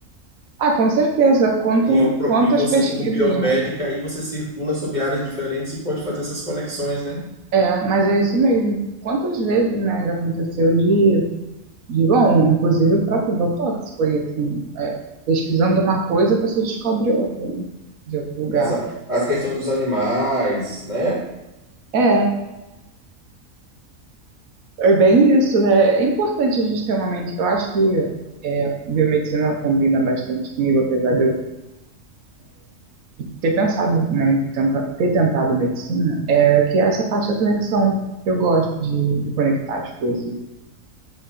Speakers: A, on the right; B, on the right.
A: Ah, com certeza. Quanto,
B: E, o, pro-
A: quantas
B: e você,
A: pesquisas,
B: como biomédica,
A: né?
B: aí você circula sobre áreas diferentes e pode fazer essas conexões, né?
A: É, mas é isso mesmo. Quantas vezes, né, já aconteceu de, de bom, inclusive o próprio Botox foi assim, é, pesquisando uma coisa, a pessoa descobre outra, né, de outro lugar.
B: Essa, as questões dos animais, né?
A: É, é bem isso, né? É importante a gente ter uma mente. Eu acho que é, biomedicina combina bastante comigo, apesar de eu ter pensado, né, em tenta, ter tentado medicina, é que é essa parte da conexão. Eu gosto de, de conectar as coisas,